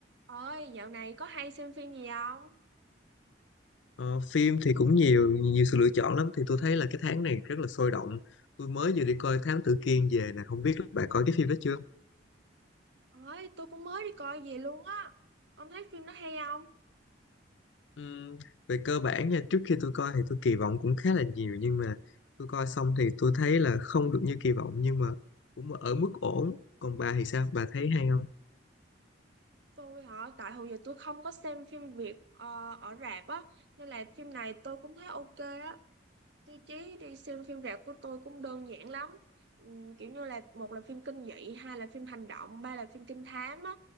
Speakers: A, on the right; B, on the left.
A: Ôi, dạo này có hay xem phim gì không?
B: Ờ, phim thì cũng nhiều nhiều sự lựa chọn lắm thì tôi thấy là cái tháng này rất là sôi động tôi mới vừa đi coi Thám Tử Kiên về nè không biết là bạn coi cái phim đó chưa
A: Ôi, tôi cũng mới đi coi về luôn á. Ông thấy phim nó hay không?
B: Ừm, về cơ bản nha trước khi tôi coi thì tôi kỳ vọng cũng khá là nhiều nhưng mà tôi coi xong thì tôi thấy là không được như kỳ vọng nhưng mà cũng ở mức ổn còn bà thì sao bà thấy hay
A: Tôi hả, tại hồi giờ tôi không có xem phim Việt ờ, ở rạp á, nên là phim này tôi cũng thấy ok á. Tiêu chí đi xem phim rạp của tôi cũng đơn giản lắm. Ừm, kiểu như là một là phim kinh dị, hai là phim hành động, ba là phim trinh thám á.